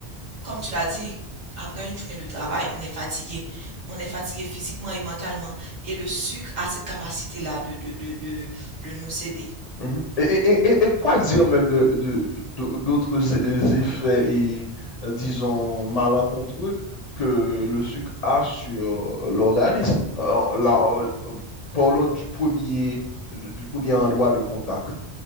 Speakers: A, on the right (about 45°); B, on the left (about 40°).
A: comme tu l'as dit, après une journée de travail, on est fatigué. On est fatigué physiquement et mentalement. Et le sucre a cette capacité-là de, de, de, de, de nous aider.
B: Mhm. Et, et- et- et quoi dire même de, de- de- d'autres é- effets et, euh, disons, malencontreux que le sucre a sur euh, l'organisme? Euh, là, euh, euh, parlons du premier, du premier endroit de contact,